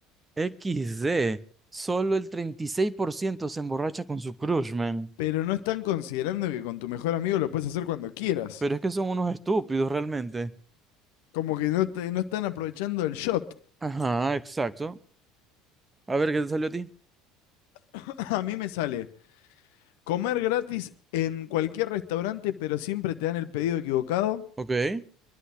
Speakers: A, on the right; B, on the left.
A: XD. Solo el 36% se emborracha con su crush, man.
B: Pero no están considerando que con tu mejor amigo lo puedes hacer cuando quieras.
A: Pero es que son unos estúpidos realmente.
B: Como que no, te- no están aprovechando el shot.
A: Ajá, exacto. A ver, ¿qué te salió a ti?
B: <laughs> A mí me sale comer gratis en cualquier restaurante, pero siempre te dan el pedido equivocado.
A: Ok.